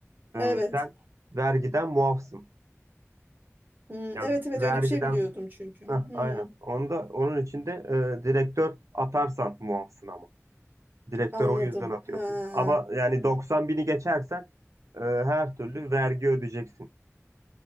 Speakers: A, on the right; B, on the right.
A: Evet.
B: e, sen vergiden muafsın.
A: Hmm,
B: Ya
A: evet evet
B: vergiden,
A: öyle bir şey biliyordum çünkü.
B: heh,
A: Hmm,
B: aynen. Onda onun içinde e, direktör atarsan muafsın ama. Direktör
A: anladım.
B: o yüzden atıyorsun.
A: Ha.
B: Ama yani 90 bini geçersen e, her türlü vergi ödeyeceksin.